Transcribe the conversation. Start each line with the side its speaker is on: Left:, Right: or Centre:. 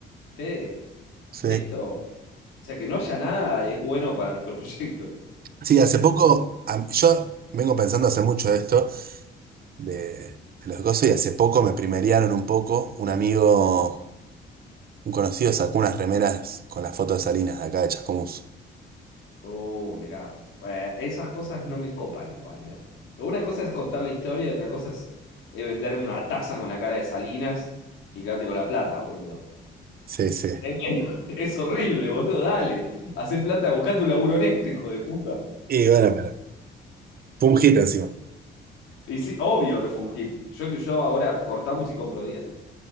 Left: Fede,
Right: sí.
Left: esto, o sea, que no haya nada es bueno para nuestro <laughs> proyecto.
Right: Sí, hace
Left: En serio.
Right: poco, a- yo vengo pensando hace mucho esto de, de los cosas y hace poco me primerearon un poco. Un amigo, un conocido sacó unas remeras con la foto de Salinas de acá de Chascomús.
Left: Oh, mirá. Bueno, esas cosas no me copan igual, ¿eh? Una cosa es contar la historia y otra cosa es, es venderme una taza con la cara de Salinas y quedarte con la plata, boludo.
Right: Sí, sí.
Left: <laughs> Es horrible, boludo, dale. Hacé plata, buscate un laburo honesto, hijo de puta.
Right: Y bueno, pero fue un hit encima.
Left: Y sí, obvio que fue un hit. Yo, yo ahora cortamos y compro 10.